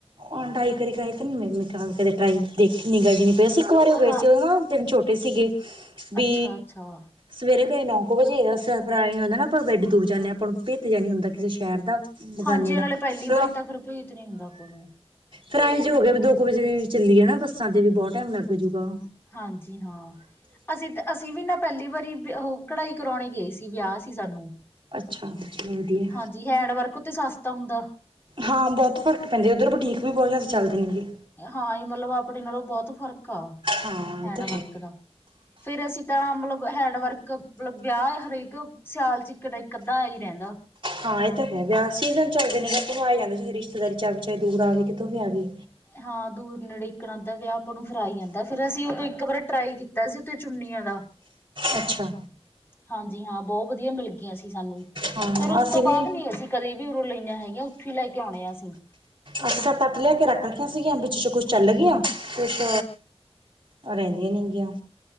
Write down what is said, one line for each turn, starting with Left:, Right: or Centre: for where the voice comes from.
Right: ਹ ਡਯੇ ਕਰੀ ਕਰ ਨ ਮ ਕਦੇ ਟਈ ਦੇਖ ਨੀ ਗਜ਼ ਨੀ ਪਏ ਸੀ ਇੱਕ ਵਾਰੀ ਉਹ ਪਏ
Left: ਹਾਂ
Right: ਸੀ ਉਹਦੇ ਨਾ ਦਿਨ ਛੋਟੇ ਸੀਗੇ ਵੀ
Left: ਅੱਛਾ ਅੱਛਾ
Right: ਸਵੇਰੇ ਗ ਨੌ ਕੁ ਵਜੇਰਾ ਹੁੰਦਾ ਨਾ ਆਪਾਂ ਵੈੱਡੀ ਦੂਰ ਜਾਂਦੇ ਹਾਂ ਆਪਾਂ ਨੂੰ ਭੇਤ ਜਾ ਨਹੀਂ ਹੁੰਦਾ ਕਿਸੇ ਸ਼ਹਿਰ ਦਾ ਦਕਾਨੇ
Left: ਹਾਂਜੀ ਇਹ
Right: ਦਾ
Left: ਨਾਲੇ ਪਹਿਲੀ
Right: ਹਾਂ
Left: ਵਾਰੀ ਤਾਂ ਫਿਰ ਭੇਤ ਨੀ ਹੁੰਦਾ ਆਪਾਂ ਨੂੰ
Right: ਫਿਰ ਐਂ ਜੇ ਹੋ ਗਿਆ ਵੀ ਦੋ ਕੁ ਵਜੇ ਵੀ ਚੱਲੀਏ ਨਾ ਬੱਸਾਂ ਤੇ ਵੀ ਬਹੁਤ ਟਾਈਮ ਲੱਗ ਜਾੂਗਾ
Left: ਹਾਂਜੀ ਹਾਂ ਅਸੀਂ ਤਾਂ ਅਸੀਂ ਵੀ ਨਾ ਪਹਿਲੀ ਵਾਰੀ ਉਹ ਕੜਢਾਈ ਕਰਾਉਣੇ ਗਏ ਸੀ ਵਿਆਹ ਸੀ ਸਾਨੂੰ
Right: ਅੱਛਾ ਚਲੋ ਵਧੀਆ
Left: ਹਾਂਜੀ ਹੈਂਡ ਵਰਕ ਉੱਥੇ ਸਸਤਾ ਹੁੰਦਾ
Right: ਹਾਂ ਬਹੁਤ ਫ਼ਰਕ ਪੈਂਦਾ ਉੱਧਰ ਬੁਟੀਕ ਵੀ ਬਹੁਤ ਜ਼ਿਆਦਾ ਚੱਲਦੇ ਨੇਗੇ
Left: ਹਾਂ ਹੀ ਮਤਲਬ ਆਪਣੇ ਨਾਲੋਂ ਬਹੁਤ ਫ਼ਰਕ ਆ
Right: ਹਾਂ
Left: ਹੈਂਡ
Right: ਇਹ ਤਾਂ
Left: ਵਰਕ
Right: ਹੈ
Left: ਦਾ ਫੇਰ ਅਸੀਂ ਤਾਂ ਮਤਲਬ ਹੈਂਡ ਵਰਕ ਮਤਲਬ ਵਿਆਹ ਹਰੇਕ ਸਿਆਲ ਚ ਇੱਕ ਤਾਂ ਇੱਕ ਅੱਧਾ ਆ ਹੀ ਰਹਿੰਦਾ
Right: ਹਾਂ ਇਹ ਤਾਂ ਹੈ ਵਿਆਹ ਸੀਜ਼ਨ ਚੱਲਦੇ ਨੇ ਭਵਾ ਆ ਜਾਂਦਾ ਚਾਹੇ ਰਿਸ਼ਤੇਦਾਰੀ ਚਵੇ ਚਾਹੇ ਦੂਰ ਆਵੇ ਕਿਥੋਂ ਵੀਆਵੇ
Left: ਹਾਂ ਦੂਰ ਨੇੜੇਕਣ ਅੱਧ ਦਾ ਵਿਆਹ ਆਪਾਂ ਨੂੰ ਫਿਰਈ ਜਾਂਦਾ ਫਿਰ ਅਸੀਂ ਉਦੋਂ ਇਕ ਵਾਰੀ ਟਰਾਈ ਕੀਤਾ ਸੀ ਉੱਥੇ ਚੁੰਨੀਆਂ ਦਾ
Right: ਅੱਛਾ
Left: ਹਾਂਜੀ ਹਾਂ ਬਹੁਤ ਵਧੀਆ ਮਿਲ ਗਈਆਂ ਸੀ ਸਾਨੂੰ,
Right: ਹਾਂ
Left: ਫਿਰ ਉਸ
Right: ਅਸੀਂ
Left: ਤੋਂ ਬਾਅਦ
Right: ਵੀ
Left: ਨੀ ਅਸੀਂ ਕਦੇ ਊਰੋ ਲਈਆਂ ਹੈਗੀਆਂ, ਉੱਥੋਂ ਹੀ ਲੈ ਕੇ ਆਉਣੇ ਅਸੀਂ
Right: ਅੱਛਾ ਸੱਤ- ਅੱਠ ਲਿਆ ਕੇ ਰੱਖ ਰੱਖੀਆਂ ਸੀਗੀਆਂ, ਵਿੱਚ ਕੁਛ ਚੱਲ ਗਈਆ ਕੁੱਛ ਉਹ ਰਹਿੰਦੀਆਂ ਨੀ ਹੈਗੀਆਂ,